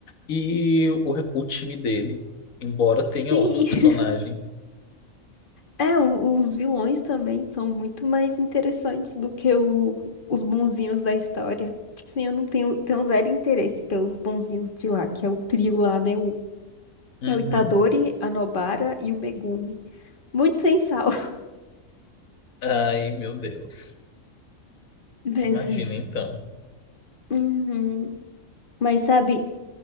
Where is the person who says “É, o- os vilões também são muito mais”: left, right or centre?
Left